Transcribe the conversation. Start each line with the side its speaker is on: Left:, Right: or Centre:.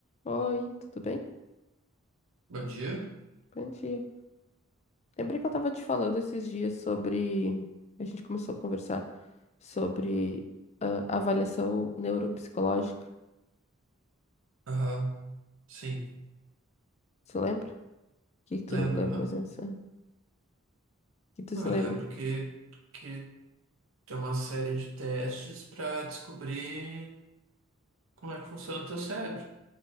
Left: Oi, tudo bem?
Right: Bom dia?
Left: Bom dia. Lembrei que eu tava te falando esses dias sobre. A gente começou a conversar sobre ah, avaliação neuropsicológica.
Right: Aham, sim.
Left: Você lembra? O que que tu
Right: Lembro,
Left: lembra
Right: aham.
Left: mais ou menos? Ah, O que tu
Right: Ah,
Left: se
Right: Eu
Left: lembra?
Right: lembro que, que tem uma série de testes para descobrir como é que funciona o teu cérebro.